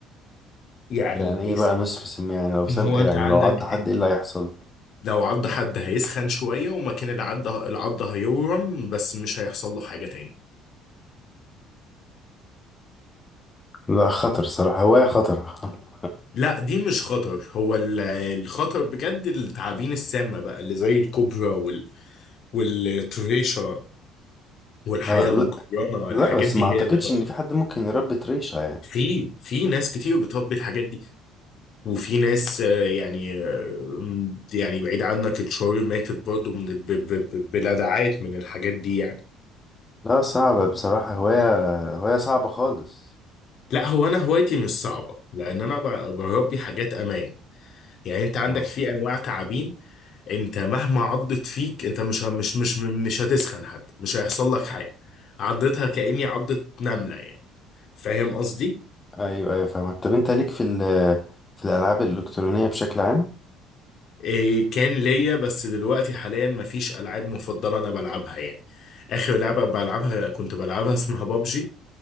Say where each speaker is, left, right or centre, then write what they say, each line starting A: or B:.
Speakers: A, on the left; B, on the left.
A: يعني
B: يعني ايه
A: إيه؟
B: بقى
A: س-
B: نصف سم يعني لو سام
A: هو
B: يعني
A: انت عندك
B: لو عض حد ايه اللي هيحصل
A: لو عض حد هيسخن شوية ومكان العض العض هيورم بس مش هيحصل له حاجة تاني
B: لا خطر صراحه هوايه خطر <laughs>
A: لا دي مش خطر هو ال- الخطر بجد التعابين السامة بقى اللي زي الكوبرا وال والتريشة والحياة
B: آه
A: المكرمة
B: لا لا
A: الحاجات
B: بس
A: دي
B: ما اعتقدش
A: هي اللي خطر
B: ان في حد ممكن يربي طريشه يعني
A: في في ناس كتير بتربي الحاجات دي وفي ناس آه، يعني آه، يعني بعيد عنك اتشهر ماتت برضو من ب- ب- ب- بلدعات من الحاجات دي يعني
B: لا صعبه بصراحه هوايه هوايه صعبه خالص
A: لا هو انا هوايتي مش صعبه لان انا ب- بربي حاجات امان يعني انت عندك
B: اه
A: في انواع تعابين انت مهما عضت فيك انت مش ه- مش مش مش هتسخن حتى مش هيحصل لك حاجه عضتها كاني عضت نمله يعني فاهم قصدي
B: ايوه ايوه فاهمك طب انت ليك في ال- في الالعاب الالكترونيه بشكل عام
A: إيه كان ليا بس دلوقتي حاليا مفيش العاب مفضله انا بلعبها يعني اخر لعبه بلعبها كنت بلعبها اسمها بابجي